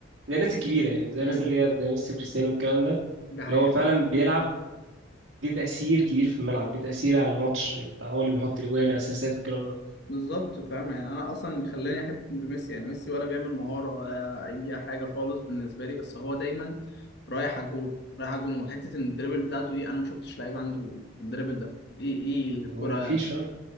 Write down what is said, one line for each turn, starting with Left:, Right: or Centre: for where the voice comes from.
Right: زي الناس الكبيره يعني زي
Left: امم
Right: الناس اللي هي زي ميسي وكريستيانو والكلام ده
Left: ده
Right: اللي
Left: حقيقة
Right: هو فعلا بيلعب ليه تاثير كبير في الملعب ليه تاثير على الماتش انت هو اللي بيحط الاجوان اسيستات والكلام ده
Left: بالظبط فاهم يعني انا اصلا اللي خلاني احب ميسي يعني ميسي ولا بيعمل مهارة ولا اي حاجة خالص بالنسبة لي بس هو دايما رايح على الجول رايح على الجول وحتة ان الدريبل بتاعته دي انا ما شفتش لعيب عنده الدريبل ده ايه ايه الكرة
Right: هو مفيش فعلا
Left: <laughs>